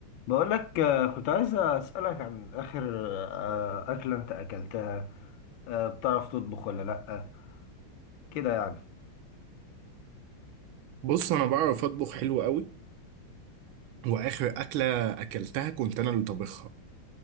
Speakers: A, on the left (about 70°); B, on the right (about 75°).
A: بقول لك آه، كنت عايز أسألك عن آخر آه، أكلة أنت أكلتها آه، بتعرف تطبخ ولا لأ كده يعني
B: بص انا بعرف اطبخ حلو قوي واخر اكله اكلتها كنت انا اللي طبخها